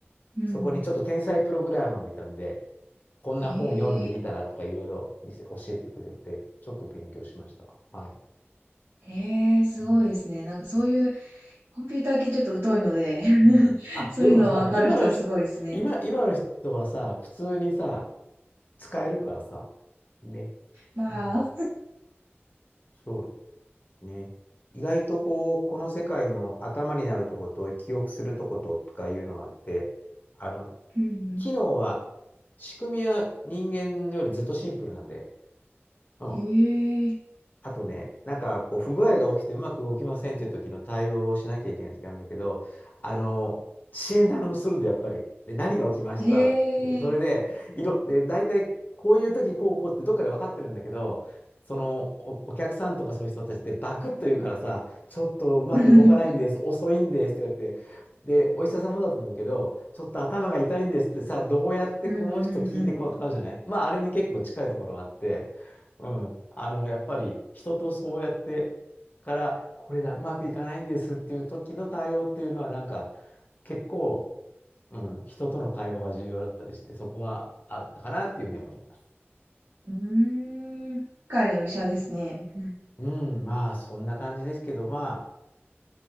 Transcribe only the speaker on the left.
そこにちょっと天才プログラマーもいたんで、こんな本読んでみたらとかいろいろ見せ教えてくれて、
ちょっと勉強しました。はい。
うん。
ね
うんあ、
でもさ、今の人、今、今の人はさ、普通にさ、使えるからさ、ね。
うん、そうね。意外とこう、この世界も頭になるとこと、記憶するとこととかいうのがあって、あの、
機能は、仕組みは人間よりずっとシンプルなんで、うん。
あとね、なんかこう不具合が起きてうまく動きませんっていう時の対応をしなきゃいけない時なんだけど、あの、診断をするんだ、やっぱり。で、何が起きましたって。
それで、
いろ、で、大体こういう時こうこうってどっかで分かってるんだけど、そのお、お客さんとかそういう人たちってバクッと言うからさ、ちょっとうまく動かないんです、
遅いんですとか言って、で、お医者様だと思うけど、ちょっと頭が痛いんですってさ、どうやってこの人聞いてこうとかあるじゃないまあ、
あれに結構近いところがあって、うん。あの、やっぱり人とそうやってから、これだ、うまくいかないんですっていう時の対応っていうのは、なんか結構、うん、人との会話が重要だったりして、そこはあったかなっていうふうに思います。
うん、まあ、そんな感じですけど、まあ、